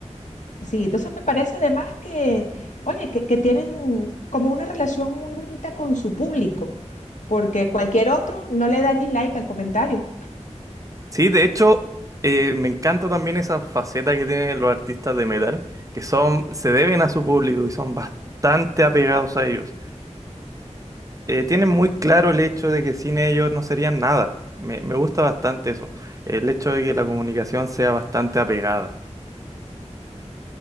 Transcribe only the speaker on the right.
Sí, de hecho, eh, me encanta también esa faceta que tienen los artistas de metal, que son, se deben a su público y son bastante apegados a ellos. eh, tienen muy claro el hecho de que sin ellos no serían nada. Me, me gusta bastante eso, el hecho de que la comunicación sea bastante apegada.